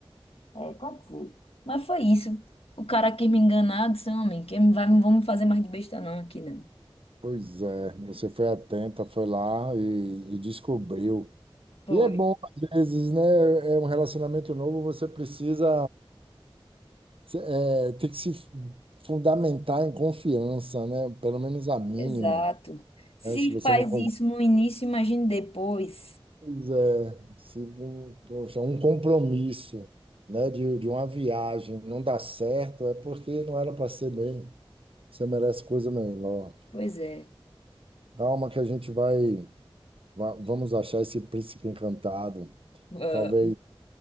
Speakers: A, on the left (about 75°); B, on the right (about 65°).
A: É, aconteceu. Mas foi isso. O cara quis me enganar, disse, homem, que vai, não vamos fazer mais de besta não aqui, não.
B: Pois é, você foi atenta, foi lá e, e descobriu.
A: Foi.
B: E é bom, às vezes, né? É um relacionamento novo, você precisa se- é, ter que se fundamentar em confiança, né? Pelo menos a mínima.
A: Exato. Se
B: né? Se você
A: faz
B: não confia.
A: isso no início, imagine depois.
B: Pois é, se, um- poxa, um compromisso, né, de, de uma viagem não dá certo, é porque não era para ser mesmo. Você merece coisa melhor.
A: Pois é.
B: Calma que a gente vai, va- vamos achar esse príncipe encantado.
A: Ah,
B: Talvez